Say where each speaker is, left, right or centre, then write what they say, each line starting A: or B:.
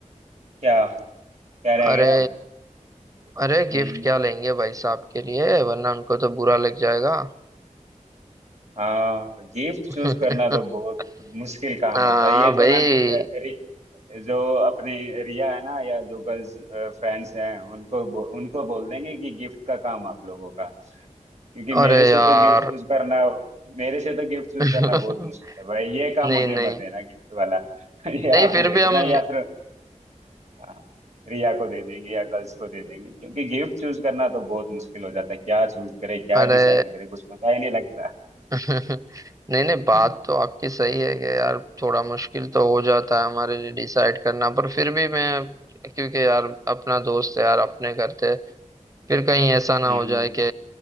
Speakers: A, on the right; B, on the right.
A: क्या क्या रह
B: अरे
A: गया अब
B: अरे गिफ्ट
A: हम्म
B: क्या लेंगे भाई साहब के लिए वरना उनको तो बुरा लग जाएगा
A: हाँ गिफ्ट
B: <laughs>
A: चूज करना तो बहुत मुश्किल काम
B: हाँ
A: होता है ये तो
B: भाई
A: ना लड़- रि, जो अपने रिया है ना या जो गर्ल्स फ्रेंड्स हैं उनको बो, उनको बोल देंगे कि गिफ्ट का काम आप लोगों का क्योंकि
B: अरे
A: मेरे से
B: यार
A: तो गिफ्ट चूज करना मेरे से तो गिफ्ट चूज
B: <laughs> नहीं
A: करना बहुत मुश्किल है भाई ये काम
B: नहीं
A: मुझे मत देना गिफ्ट वाला <laughs> ये
B: नहीं
A: आप
B: फिर
A: ही देखना
B: भी हम
A: या फिर हाँ, रिया को दे देंगे या गर्ल्स को दे देंगे क्योंकि गिफ्ट चूज करना तो बहुत मुश्किल हो जाता है क्या चूज करे क्या
B: अरे
A: डिसाइड करे कुछ पता ही नहीं लगता
B: <laughs> नहीं नहीं बात
A: <laughs>
B: तो आपकी सही है कि यार थोड़ा मुश्किल तो हो जाता है हमारे लिए डिसाइड करना पर फिर भी मैं क्योंकि यार अपना दोस्त है यार अपने करते फिर कहीं ऐसा ना
A: हम्म
B: हो जाए कि